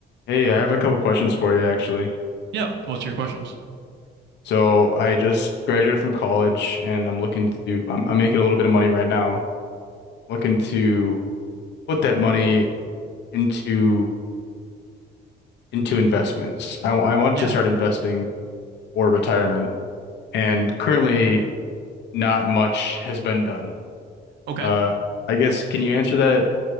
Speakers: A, on the left; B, on the right.
A: Hey, I have a couple questions for you actually.
B: Yeah. What's your questions?
A: So I just graduated from college and I'm looking to I'm, I'm making a little bit of money right now. Looking to put that money into into investments. I, wa- I want
B: Yeah.
A: to start investing for retirement and currently not much has been done.
B: Okay.
A: Uh, I guess can you answer that